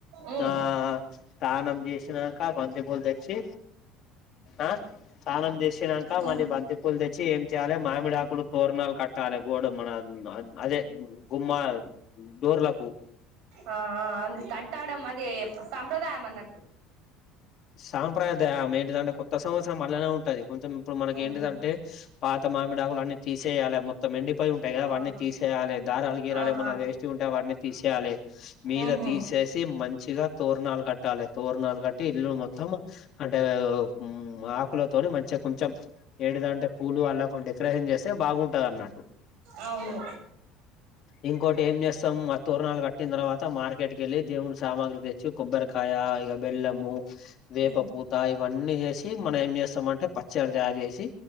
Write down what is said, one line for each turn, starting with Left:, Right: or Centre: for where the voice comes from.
Right: ఉమ్
Left: ఆ అన్నం చేసినాక బంతి పూలు తెచ్చి ఆ స్నానం చేసినంకా మళ్ళీ
Right: ఉమ్
Left: బంతి పూల్ లేచి ఏం చేయాలె మామిడా ఆకులు తోరణాలు కట్టాలి గోడ మన అదే గుమ్మ డోర్లకు
Right: ఆ ఆ అది కట్టడం అది సంప్రదాయం అన్నట్టు
Left: సంప్రదాయం ఏంటిదంటే కొత్త సంవత్సరం అళ్ళనే ఉంటుది. కొంచెం ఇప్పుడు మనకి
Right: ఓహో
Left: ఏంటింటే పాత మామిడాకులు అన్ని తీస్ సేయాల మొత్తం ఎండి ఉంటాయి కదా అవన్ని
Right: ఆహా
Left: తీసేయాలి దారాలు గీరాలు
Right: ఆహా
Left: ఏమన్నా వేస్ట్ ఉంటే వాటిని తీసేయాలే మీద
Right: ఉహు
Left: తీసేసి మంచిగా తోరణాలు కట్టాలే తోరణాలు కట్టి ఇల్లు మొత్తం అంటే ఉమ్మ్ ఆకులతోని మంచిగా కొంచెం ఎంటిదంటే పూలు అల్లకుంటే డెకరేషన్ చేస్తే బాగుంటది అన్నట్టు.
Right: అవును
Left: ఇంకోటి ఏం చేస్తాం ఆ తోరణాలు కట్టిన తర్వాత మార్కెట్కి కెళ్ళి దేవుడి సామాగ్రి తెచ్చి కొబ్బరికాయ ఇక బెల్లము వేపపూత
Right: ఉమ్
Left: ఇవన్నీ అన్నీ చేేసి మనం ఏం చేస్తామంటే ప చ్చడ్ తయారు చేసి